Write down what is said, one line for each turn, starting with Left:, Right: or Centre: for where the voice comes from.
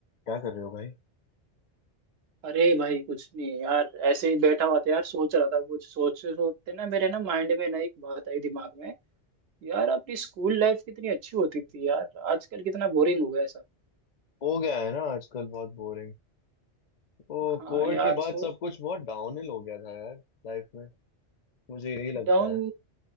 Left: क्या कर रहे हो भाई
Right: अरे भाई कुछ नहीं यार ऐसे ही बैठा हुआ था यार सोच रहा था कुछ सोचते सोचते ना मेरे ना माइंड में ना एक बात आई दिमाग में यार अपनी स्कूल लाइफ कितनी अच्छी होती थी यार आजकल कितना बोरिंग हो गया है सब
Left: हो गया है ना आजकल बहुत बोरिंग वो
Right: हाँ
Left: कोविड
Right: यार
Left: के बाद
Right: सो
Left: सब कुछ बहुत डाउनहिल हो गया था यार लाइफ में मुझे यही लगता
Right: डाउन
Left: है